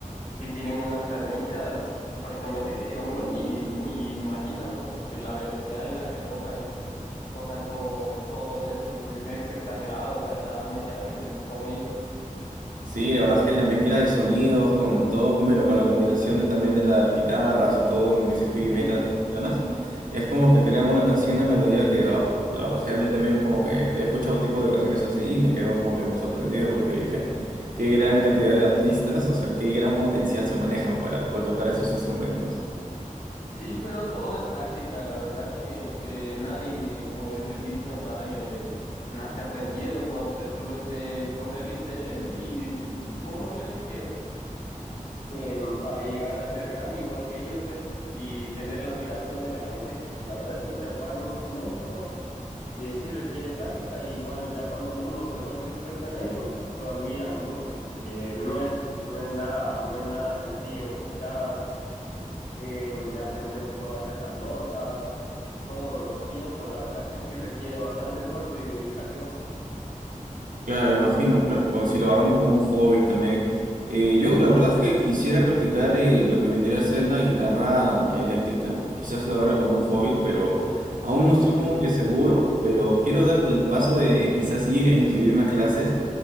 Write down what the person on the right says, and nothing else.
Sí, la verdad es que la mezcla de sonidos con todo, con- bueno, con la combinación de también de las guitarras y todo en ese heavy
metal que mencionas, es como que crea una canción, una melodía que, ah, la verdad es que a mí también como que he escuchado tipos de canciones así y me quedo como que muy sorprendido porque dije, qué gran cantidad de artistas, o sea, qué gran potencial se manejan para poder tocar esos instrumentos.
Claro, me imagino, claro, pues, si lo agarramos como un hobby también. Eh, yo la verdad es que quisiera practicar eh, lo que vendría a ser la guitarra eléctrica, quizás la agarre como un hobby, pero aún
no estoy como que seguro, pero quiero dar el paso de quizás ir a inscribirme a clases